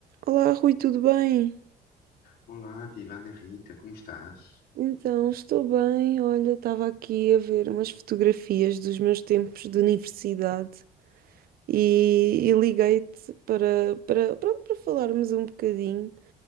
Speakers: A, on the right (about 60°); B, on the left (about 65°).
A: Olá, Rui, tudo bem?
B: Olá, viva Rita, como estás?
A: Então, estou bem. Olha, estava aqui a ver umas fotografias dos meus tempos de universidade e, e liguei-te para, para, pronto, para falarmos um bocadinho.